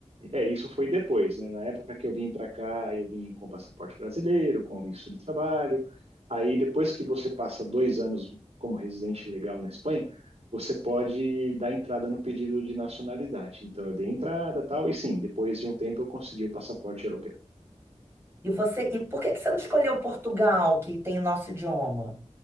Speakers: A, on the right; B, on the right.
A: É, isso foi depois, né? Na época que eu vim para cá, eu vim com passaporte brasileiro, com visto de trabalho. Aí depois que você passa dois anos como residente legal na Espanha, você pode dar entrada no pedido de nacionalidade. Então eu dei entrada, e tal, e sim, depois de um tempo eu consegui o passaporte europeu.
B: E você, e por que que você não escolheu Portugal, que tem nosso idioma?